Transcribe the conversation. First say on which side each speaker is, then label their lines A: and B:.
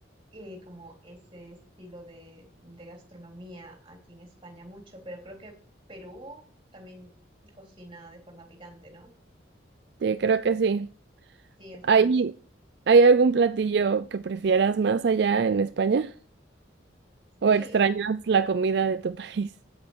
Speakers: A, on the right; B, on the right.
A: eh, como ese estilo de, de gastronomía aquí en España mucho, pero creo que Perú también cocina de forma picante, ¿no?
B: sí, creo que sí.
A: Sí, el ceviche.
B: ¿Hay, hay algún platillo que prefieras más allá en España? ¿O
A: Sí,
B: extrañas la comida de tu <laughs> país?